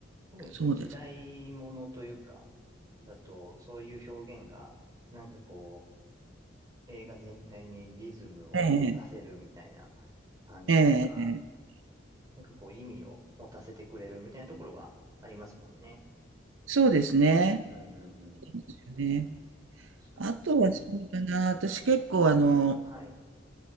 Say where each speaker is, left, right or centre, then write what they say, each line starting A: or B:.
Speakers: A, on the right; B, on the right.
A: 特にそういう時代ものというか、
B: そうです。
A: だと、そういう表現が、なんかこう、映画全体にリズムを持たせるみたいな
B: ええ、
A: 感じとか、
B: ええ、ええ
A: なんかこう、意味を持たせてくれるみたいなところはありますもんね。
B: そうですね。
A: うんうんうん。
B: そうですよね。あとはそうだな、
A: 確かにな。
B: 私結構あの、
A: はい。